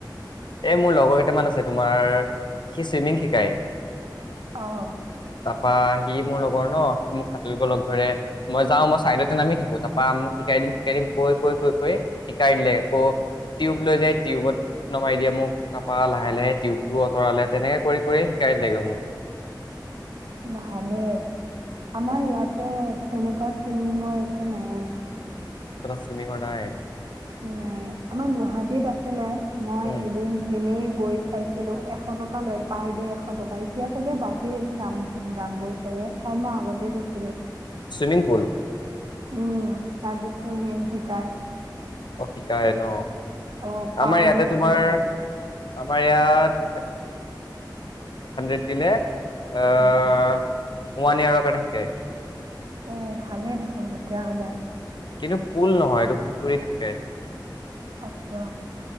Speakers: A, on the left; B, on the right.
A: এই মোৰ লগৰ কেইটামান আছে তোমাৰ সি চুইমিং শিকায়।
B: আহ।
A: তাৰপৰা সি মোৰ লগৰ ন মোক সাঁতুৰিব লগ ধৰে মই যাওঁ মই ছাইডতে নামি থাকোঁ তাপৰা মোক শিকাই দিম শিকাই দিম কৈ কৈ কৈ কৈ, শিকাই দিলে। আকৌ, টিউব লৈ যাই, টিউবত নমাই দিয়ে মোক ত। পাহ লাহে লাহে টিউব। আঁতৰালে তেনেকে কৰি কৰি শিকাই লাগিব মোক।
B: ভালেই, আমাৰ ইয়াতে, তেনেকুৱা চুইমিঙৰ একো নাই।
A: ত সিমিং কৰা নাই।
B: নাই, আমাৰ গুৱাহাটীত আছিলে মই
A: উম।
B: এদিন এনেই। গৈ চাইছিলো এশ টকা লৈ পাৰ দে এশ টকা এতিয়া চাগে বাঢ়িল দাম দাম বোৰ চাগে কাৰাই মই আগতে গৈছিলো।
A: Swimming pool.
B: উম তাজ সুমিং শিকাই।
A: অ শিকাই ন
B: অ পাৰ
A: আমাৰ ইয়াতে
B: ডে
A: তোমাৰ,
B: এশ টকা
A: আমাৰ ইয়াত। <unintelligible> দিলে, আঁহ-
B: উম,
A: ওৱান ইয়াৰ'ৰ কাৰণে শিকায়।
B: অঁ, ভালেই দেখোন তেতিয়া হ'লে।
A: কিন্তু, পুল নহয়, এইটো পুখুৰীত শিকাই।
B: আচ্ছা